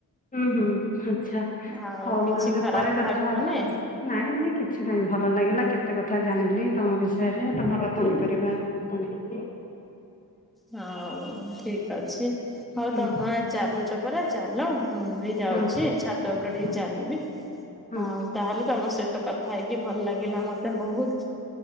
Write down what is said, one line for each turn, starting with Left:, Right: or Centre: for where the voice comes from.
Left: ହୁଁ ହୁଁ ଆଛା
Centre: ଆଉ
Left: ହଉ
Centre: କିଛି
Left: ଆମେ
Centre: ଖରାପ
Left: ପରେ କଥା
Centre: ଭାବିବନି
Left: ହବା। ନାଇଁ ନାଇଁ କିଛି ନାଇଁ ଭଲ ଲାଗିଲା କେତେ କଥା ଜାଣିଲି ତମ ବିଷୟରେ ତମର ପନିପରିବା କଣ ହେଇଚି।
Centre: ହଉ ଠିକ ଅଛି ହଉ
Left: ହୁଁ
Centre: ତମ ଆଁ ଚାଲୁ ଚ ପରା ଚାଲ ମୁଁ ବି ଯାଉଛି
Left: ହଁ
Centre: ଛାତ ଉପରେ ଟିକେ
Left: ହଁ
Centre: ଚାଲିବି।
Left: ହଁ
Centre: ଆଉ ତାହେଲେ ତମ ସହିତ କଥା ହେଇକି ଭଲ ଲାଗିଲା ମତେ ବହୁତ।